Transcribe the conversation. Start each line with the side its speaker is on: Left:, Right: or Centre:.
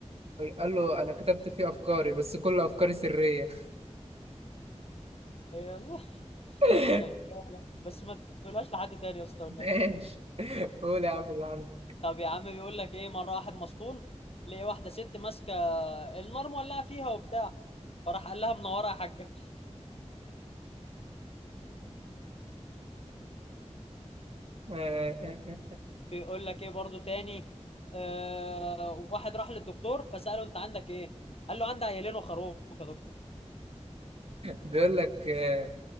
Right: قال له أنا كتبت فيه أفكاري بس كل أفكاري سرية
Left: هي <laughs>
Right: <laughs>
Left: شغاله بس ما تقولهاش لحد تاني يا اسطى والنبي
Right: ماشي قول يا عم اللي عندك
Left: طب يا عم بيقول لك ايه مره واحد مسطول لقي واحده ست ماسكه النار مولعه فيها وبتاع فراح قال لها منوره يا حاجه
Right: <laughs>
Left: بيقول لك ايه برضو تاني آه واحد راح للدكتور فسأله انت عندك ايه قال له عندي عيالين وخروف يا دكتور
Right: بيقول لك آه،